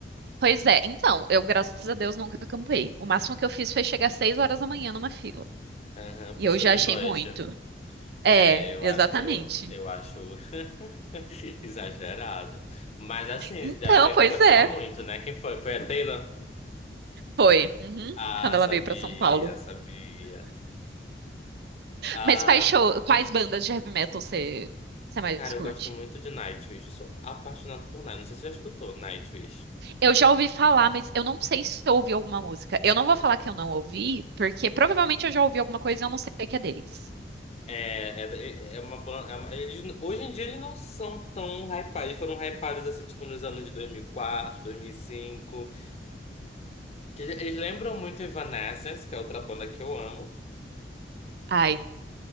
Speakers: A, on the right (about 65°); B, on the left (about 35°).
A: Pois é, então, eu, graças a Deus, nunca acampei. O máximo que eu fiz foi chegar às seis horas da manhã numa fila.
B: Aham,
A: E
B: pro
A: eu
B: show
A: já
B: de
A: achei
B: noite.
A: muito.
B: É,
A: É,
B: eu
A: exatamente.
B: acho, eu, eu acho <laughs> exagerado. Mas assim,
A: Então,
B: era alguém
A: pois
B: que tu gostava
A: é,
B: muito, né? Quem foi? Foi a Taylor?
A: foi. Uhum,
B: Ah,
A: quando ela
B: sabia,
A: veio pra São Paulo.
B: sabia. Ah,
A: Mas quais show, quais bandas de heavy metal você você mais
B: cara,
A: curte?
B: eu gosto muito de Nightwish. Eu sou apaixonado por Nightwish. Não sei se você já escutou Nightwish.
A: Eu já ouvi falar, mas eu não sei se eu ouvi alguma música. Eu não vou falar que eu não ouvi, porque provavelmente eu já ouvi alguma coisa e eu não sei o que é deles.
B: É, é, é é uma banda. é hoje em dia eles não são tão hypados. Eles foram hypados assim, tipo, nos anos de 2004, 2005. Que eles eles lembram muito Evanescence, que é outra banda que eu amo.
A: Ai.